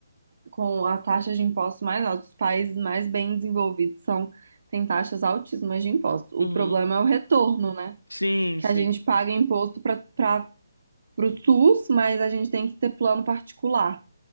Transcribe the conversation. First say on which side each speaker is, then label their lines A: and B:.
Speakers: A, on the right; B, on the left.
A: com as taxas de impostos mais altas, os países mais bem desenvolvidos são, têm taxas altíssimas de impostos. O
B: Uhum.
A: problema é o retorno, né?
B: Sim,
A: Que
B: sim.
A: a gente paga imposto para para o SUS, mas a gente tem que ter plano particular